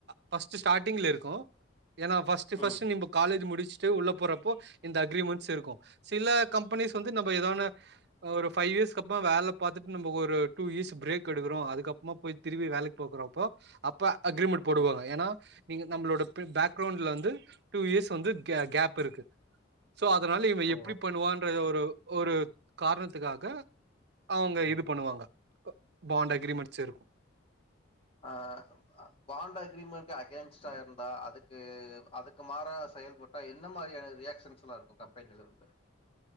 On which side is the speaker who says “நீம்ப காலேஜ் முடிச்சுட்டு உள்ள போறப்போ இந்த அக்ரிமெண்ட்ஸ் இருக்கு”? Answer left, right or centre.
Right